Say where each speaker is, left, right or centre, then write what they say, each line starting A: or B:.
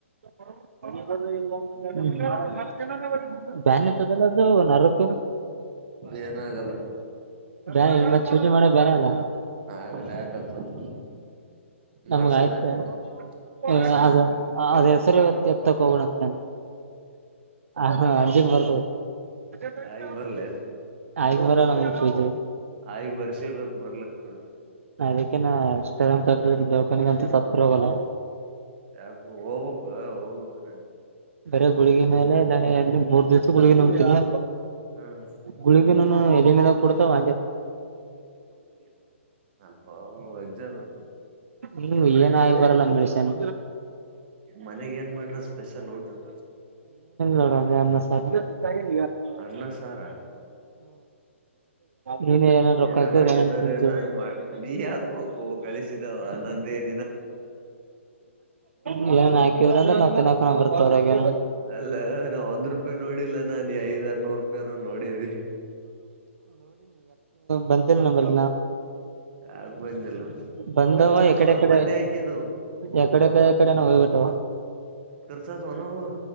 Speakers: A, on the right; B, on the right.
A: <unintelligible> ಬ್ಯಾನತ್ತದಲ್ಲ ಅದು ನರಕು
B: ಏನಾಗಲ್ಲ
A: ಬ್ಯಾ ಇಲ್ಲ ಮತ್ತೆ ಚೂಜಿ ಮಾಡೋವಾಗ ಬ್ಯಾನಿ ಆಗಲ್ಲ
B: <unintelligible>
A: ನಮಗ
B: ಮಾಡ್ಸಮ್ಮ
A: ಆಯ್ತ
B: ನೀನು ಮಾಡ್ಸಮ್ಮ
A: ಅ ಅದ ರ ಇವತ್ತ ಬಿತ್ತಾಕ್ ಹೋಗೋಣ ಅನ್ಕಂಡೆ ಆ ಹ ಅಂಜೀಕ ಬರ್ತ ಹ
B: ಆಗಿ ಬರ್ಲೇನ್
A: ಆಯ್ ಊರಗೊಂದ್ ಪಿಜಿ
B: ಆಯ್ಗ ಬರ್ಸಿರ್ಬೇಕು ಬರ್ಲಿಕ್ಕ ರ
A: ಅದಕ್ಕೆನಾ ದವಾಖಾನಿಗಂತು ಸತ್ರು ಹೋಗಲ್ಲ
B: ಯಾಕು ಹೋಗ್ಬೇಕ ಹೋಗ್ಬೇಕ್ರ
A: ಬರೇ ಗುಳಗೀ ಮೇಲೆ ಮೂರ್ ದಿವ್ಸ ಗುಳಗೀ ನುಂಗ್ತನಿ
B: ಹ್ಮ್
A: ಗುಳಗೀನು ಎದೆ ಮೇಲೆ ಕೂಡ್ತವ್
B: <unintelligible>
A: ಹ್ಮ ಆಗಿ ಬರಲ್ಲ ಮೆಡಿಸಿನ್
B: ಮನೆಗ್ ಏನ್ ಮಾಡ್ರ ಸ್ಪೆಷಲ್ ಹೋಟಲ್
A: ನೋಡ ಅದೇ ಅನ್ನ ಸಾರು ಹ್ಮ್
B: ಅ್ಣ ಸಾರ
A: ನೀನ್ ಏನೇನ್ ರೊಕ್ಕ
B: ಏನಾರ
A: ಹಾಕಿದ್ರ ಏನೇನ್
B: ಏನಏ
A: ತಿಂತಿ
B: ನೀ ಹಗ್ಬೇಕು ಗಳಿಸಿದಾವ ನ
A: ನ್ ನಾಕ್ರಂದ್ರೆ ನಾ ಕ ಬರ್ತವ್ರ ಹಾಗ
B: ಅಲ್ಲ ನಾವ ಒಂದ್ ರೂಪಾಯಿ ನೋಡಿಲ್ಲ ನ ನೀ ಐದ್ರ್ ನೂರು ರೂಪಾಯಿರ ನೋಡಿದಿ
A: ಬಂತಿಲ್ಲ ನಮ್ಮಲ್ಲಿ
B: ಆಗ್ ಬಂದಿಲ್ಲ
A: ಬಂದವ
B: ಖರ್ಚ ಅದು
A: ಎಕಡೆ
B: ಅವನು
A: ಕಡೆ
B: ಮೊನ್ನೆ ಆಯಕಿದ್ದ
A: ಎಕಡೆ ಕಡೆ ಕಡೆನ ಹೋಗ್ಬಿಟ್ಟವ
B: ರ್ಚತ್ವಾ ನಾವು